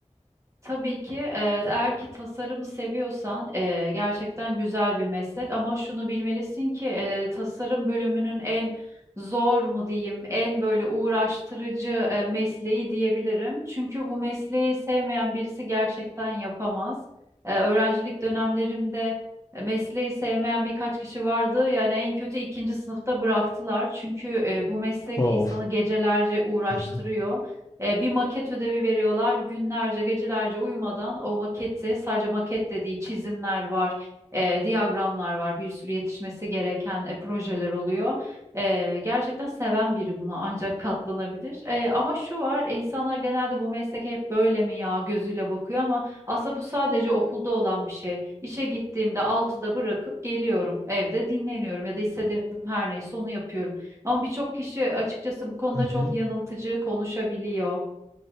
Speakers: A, on the right; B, on the left.
A: Tabii ki e, eğer ki tasarımı seviyorsan e, gerçekten güzel bir meslek ama şunu bilmelisin ki e, tasarım bölümünün en zor mu diyeyim en böyle uğraştırıcı e, mesleği diyebilirim. Çünkü bu mesleği sevmeyen birisi gerçekten yapamaz. E, öğrencilik dönemlerimde e, mesleği sevmeyen birkaç kişi vardı yani en kötü ikinci sınıfta bıraktılar. Çünkü e, bu meslek
B: Of.
A: insanı gecelerce uğraştırıyor.
B: Hı hı.
A: E, bir maket ödevi veriyorlar. Günlerce, gecelerce uyumadan o maketi, sadece maket dediği çizimler var, e, diyagramlar var, bir sürü yetişmesi gereken e, projeler oluyor. E, gerçekten seven biri buna ancak katlanabilir. E, ama şu var, insanlar genelde bu meslek hep böyle mi ya gözüyle bakıyor ama aslında bu sadece okulda olan bir şey. İşe gittiğimde altıda bırakıp geliyorum, evde dinleniyorum ya da istediğim her neyse onu yapıyorum. Ama birçok kişi açıkçası bu konuda
B: Hı
A: çok
B: hı.
A: yanıltıcı konuşabiliyor.